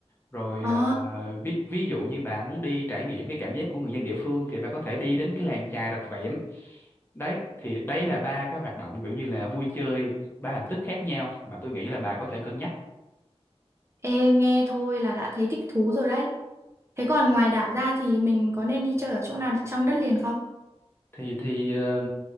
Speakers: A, on the left; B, on the right.
A: rồi
B: À.
A: à, ví ví dụ như bà muốn đi trải nghiệm cái cảm giác của người dân địa phương thì bà có thể đi đến cái làng chài Rạch Vẹm đấy thì đấy là ba cái hoạt động kiểu như là vui chơi ba hình thức khác nhau mà tôi nghĩ là bà có thể cân nhắc
B: Ê, nghe thôi là đã thấy thích thú rồi đấy. Thế còn ngoài đảo ra thì mình có nên đi chơi ở chỗ nào trong đất liền không?
A: thì thì ờ,